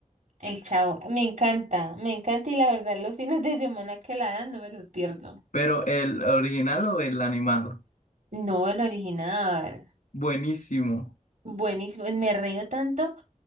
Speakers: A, on the right (about 75°); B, on the left (about 80°).
A: El Chavo, me encanta, me encanta y la verdad los fines de semana que la dan no me los pierdo.
B: pero el original o el animado.
A: No, el original.
B: Buenísimo.
A: Buenísimo, me río tanto.